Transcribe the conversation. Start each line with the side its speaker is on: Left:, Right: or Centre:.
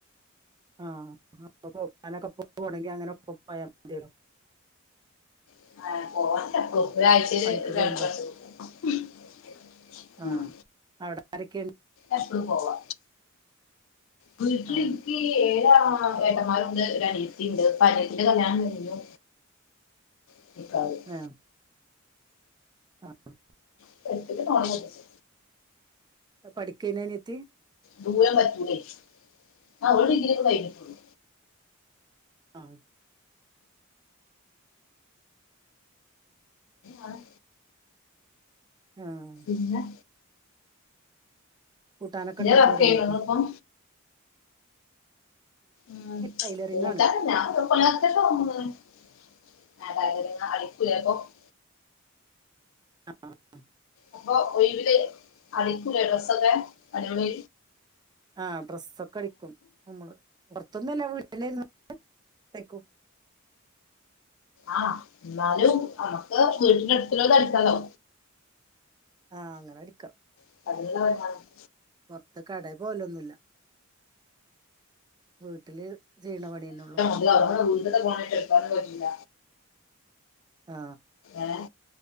Right: ആഹ് <unintelligible>
Left: <unintelligible>
Right: പണിക്ക് പോകുമ്പോ ആഹ്
Left: ഉം
Right: അവ്ടെ ആരൊക്കെ
Left: എപ്പളും പോവാ വീട്ടില്
Right: ആ
Left: ഇൻക്കി ഏഴ് ആങ്ങളമാ ആഹ് ഏട്ടന്മാരുംണ്ട് ഒരു അനിയത്തി ഇണ്ട് ഇപ്പൊ അനിയത്തിന്റെ കല്ല്യാണം കഴിഞ്ഞു <unintelligible>
Right: ആഹ് ആഹ്
Left: <unintelligible>
Right: പ്പോ പഠികേയിനോ അനിയത്തി
Left: ദൂരം പറ്റൂല്ലെയ് ആഹ് ഓള് ഡിഗ്രി ഒക്കെ കഴിഞ്ഞ്ക്ക്ണു
Right: ആഹ്
Left: ആഹ്
Right: ആഹ്
Left: പിന്നെ
Right: കൂട്ടാനൊക്കെ
Left: ഇതേ
Right: ഇണ്ടാക്കല്
Left: വർക്ക്
Right: ഒടങ്ങിയോ?
Left: ചെയ്യണപ്പം ഉം
Right: ടൈലറിംഗ്
Left: കൂട്ടാൻ
Right: ആണ്
Left: അല്ല <unintelligible> <unintelligible>
Right: ആഹ് ആഹ്
Left: അപ്പൊ ഒയ്‌വില് അടിക്കുല്ലെ ഡ്രസ്സ്‌ ഒക്കെ മരോള്
Right: ആഹ് ഡ്രസ്സ് ഒക്കെ അടിക്കും മ്മള് പുറത്തൊന്നുംഅല്ല വീ ട്ടിൽ ഇരുന്ന് കൊണ്ട് തയ്ക്കും
Left: ആഹ് ന്നാലും നമ്മക്ക് വീട്ടിന്റെ അടുത്ത് ഉള്ളവർത് അടിക്കാല്ലോ
Right: ആഹ് അങ്ങനെ അടിക്കാം
Left: <unintelligible>
Right: പൊറ്ത്ത് കടേ പോലൊന്നും ഇല്ല വീട്ടില് ചെയ്ണ പണിയന്നെ ഒള്ളു
Left: <unintelligible> ഫോണ് ആണെങ്കിൽ എടുകാനും പറ്റില്ല
Right: ആ
Left: ഏഹ്